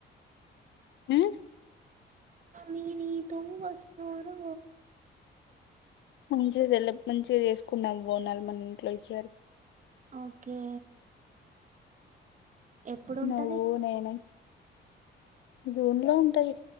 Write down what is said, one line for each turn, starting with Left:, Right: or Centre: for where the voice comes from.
Left: ఊ
Right: నేను నీతో వస్తారా
Left: భోంచేసెల్లు మంచిగా జేసుకున్నాం బోనాలు మన ఇంట్లో ఈసారి
Right: ఓకే ఎప్పుడుంటది
Left: నువ్వు నేను జూన్ లో ఉంటాయి